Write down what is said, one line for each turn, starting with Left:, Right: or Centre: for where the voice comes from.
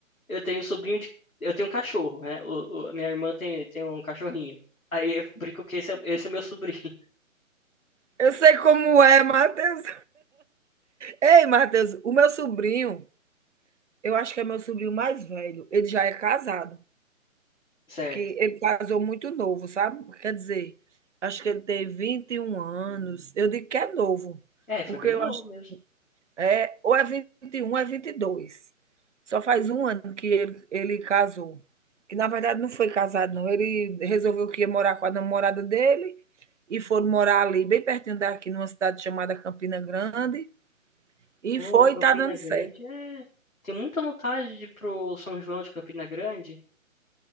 Left: eu tenho sobrinho de Eu tenho um cachorro, né? O, o- a minha irmã tem, tem um cachorrinho. Aí eu brinco que esse é, esse é meu sobrinho.
Right: Eu sei como é, Matheus. Ei, Matheus, o meu sobrinho, eu acho que é meu sobrinho mais velho, ele já é casado.
Left: Certo.
Right: Que ele casou muito novo, sabe? Quer dizer, acho que ele tem 21 anos. Eu digo que é novo,
Left: É,
Right: porque
Left: foi bem
Right: eu
Left: novo
Right: acho
Left: mesmo.
Right: É, ou é 21, ou é vinte e dois Só faz um ano que ele, ele casou. Que na verdade não foi casado, não. Ele resolveu que ia morar com a namorada dele e foram morar ali, bem pertinho daqui, numa cidade chamada Campina Grande. E
Left: Ô,
Right: foi
Left: Campina
Right: e tá dando
Left: Grande,
Right: certo.
Left: é. Tem muita vontade de ir pro São João de Campina Grande.